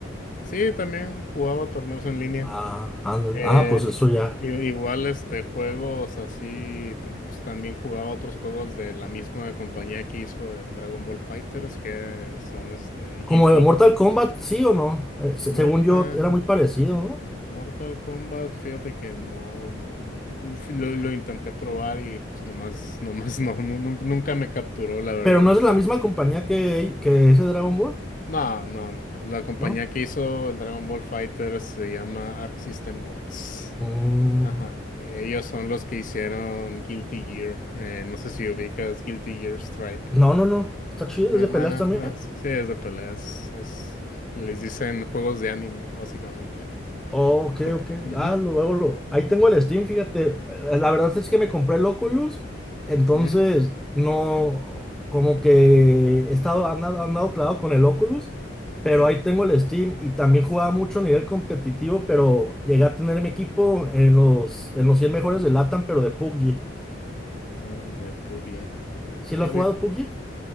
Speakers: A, on the left; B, in the centre.
A: Sí, también jugaba torneos en línea.
B: Ah, ah, no,
A: Eh,
B: ah, pues eso ya.
A: i- igual este juegos así, porque pues también jugaba otros juegos de la misma compañía que hizo el Dragon Ball Fighters, que son este Guilty
B: Como de Mortal Kombat, sí o no. Eh, se-
A: Mortal,
B: según yo, era muy parecido, ¿no?
A: Mortal Kombat, fíjate que no, no, no, no, fi- lo, lo intenté probar y pues nomás, <laughs> nomás no, no, nun- nunca me capturó, la verdad.
B: Pero no es de la misma compañía que, que ese Dragon Ball,
A: No, no, no. La compañía
B: ¿no?
A: que hizo el Dragon Ball Fighter se llama Arc System Works.
B: Mm,
A: Ajá, eh, ellos son los que hicieron Guilty Gear. Eh, no sé si ubicas Guilty Gear Stripe.
B: no, no, no. Está chido,
A: Eh,
B: es de peleas
A: Bueno,
B: también.
A: ah, sí, sí, es de peleas. Es, les dicen juegos de anime, básicamente.
B: Ok,
A: Porque,
B: ok.
A: ujú,
B: Ah, lo- luego lo. Ahí tengo el Steam, fíjate. Eh, La verdad es que me compré el Oculus, entonces
A: ujú,
B: no. Como que he estado andado, andado clavado con el Oculus, pero
A: ujú.
B: ahí tengo el Steam y también jugaba mucho a nivel competitivo, pero llegué a tener mi equipo en los, en los 100 mejores de LATAM, pero de PUBG.
A: Oh, De PUBG.
B: ¿Sí lo
A: Sí,
B: has
A: güey.
B: jugado PUBG?